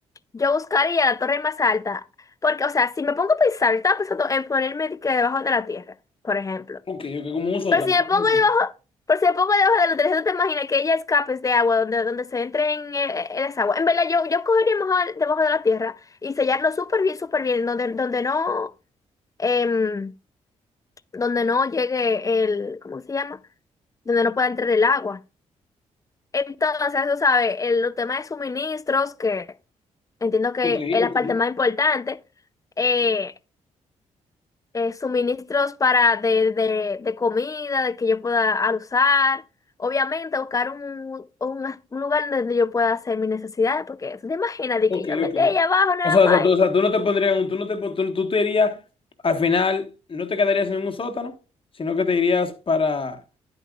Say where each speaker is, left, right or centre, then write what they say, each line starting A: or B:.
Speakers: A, on the left; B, on the left.
A: Yo buscaría la torre más alta, porque, o sea, si me pongo a pensar, yo estaba pensando en ponerme de que debajo de la tierra, por ejemplo.
B: ok, ok, como un sótano.
A: Pero si me
B: una
A: pongo
B: cosa
A: debajo,
B: así.
A: pero si me pongo debajo de la tierra, ¿tú te imaginas que ella escapes de agua, donde, donde se entre en, eh, en esa agua? En verdad, yo, yo cogería mejor debajo de la tierra y sellarlo súper bien, súper bien, donde, donde no, em, donde no llegue el, ¿cómo se llama? donde no pueda entrar el agua. Entonces, eso sabe, el, los temas de suministros que Entiendo que
B: Ok,
A: es
B: ok,
A: la parte más importante. eh, eh, suministros para de, de, de comida, de que yo pueda al usar. Obviamente, buscar un, un- un lugar donde yo pueda hacer mis necesidades, porque te imaginas de
B: ok,
A: que yo me
B: ok.
A: metí ahí abajo nada
B: O sea,
A: más.
B: o sea, tú, o sea, tú no te pondrías, un- tú no te, pon- tú, tú te irías, al final, no te quedarías en un sótano, sino que te irías para,